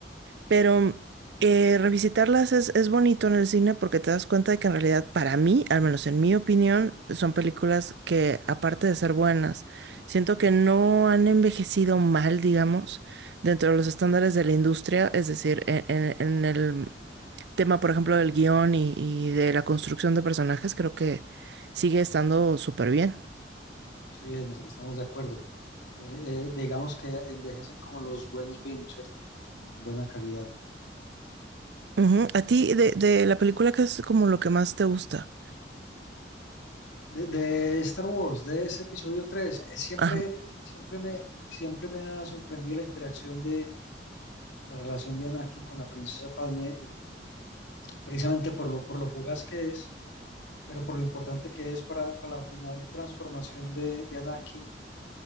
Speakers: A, on the right; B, on the left.
A: Pero eh, revisitarlas es, es bonito en el cine porque te das cuenta de que en realidad para mí, al menos en mi opinión, son películas que aparte de ser buenas, siento que no han envejecido mal, digamos, dentro de los estándares de la industria, es decir, en, en- en el tema, por ejemplo, del guión y, y de la construcción de personajes, creo que sigue estando súper bien.
B: Sí, en- estamos de acuerdo. Eh, eh, digamos que envejecen como los buenos vinos, ¿cierto? Sí, con buena calidad.
A: Ujú. A ti, de, de la película, ¿qué es como lo que más te gusta?
B: De, de Star Wars, de ese episodio 3, eh, siempre,
A: Ajá.
B: siempre me, siempre me ha sorprendido la interacción de la relación de Anakin con la princesa Padme, eh, precisamente por lo, por lo fugaz que es, pero por lo importante que es para, para la final transformación de, de Anakin.